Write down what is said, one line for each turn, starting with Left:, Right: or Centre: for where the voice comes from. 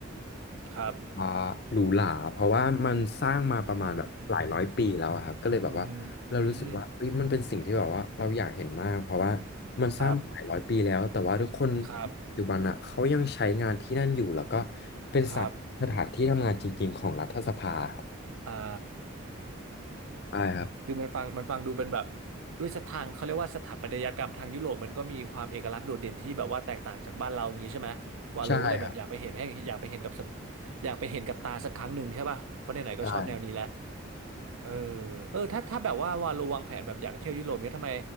Right: ครับ
Left: อ่าหรูหราเพราะว่ามันสร้างมาประมาณแบบหลายร้อยปีแล้วอะครับก็เลยแบบว่าเรารู้สึกว่าเฮ้ยมันเป็นสิ่งที่แบบว่าเราอยากเห็นมากเพราะว่า
Right: อืมอืมอืมอืม
Left: มันสร้างมาหลายร้อยปีแล้วแต่ว่าทุกคน
Right: ครับ ครับ
Left: ปัจจุบันอ่ะเขายังใช้งานที่นั่นอยู่แล้วก็เป็นสถานสถานที่ทำงานจริงๆของรัฐสภาครับ
Right: ครับอ่า
Left: ใช่ครับ
Right: คือมันฟังมันฟังดูเป็นแบบด้วยสถางเขาเรียกว่าสถาปัตยกรรมทางยุโรปมันก็มีความเอกลักษณ์โดดเด่นที่แบบว่าแตกต่างจากบ้านเราอย่างนี้ใช่ไหมวาโลก็เลยแบบอยากไปเห็นให้อยากไปเห็นกับสัก
Left: ใช่ครับ
Right: อยากไปเห็นกับตาสักครั้งหนึ่งใช่ป่ะเพราะไหนๆก็ชอบแนวนี้แหละ
Left: ใช่
Right: เออเออถ้าถ้าแบบว่าวาโลวางแผนแบบอยากเที่ยวยุโรปเนี้ยทำไม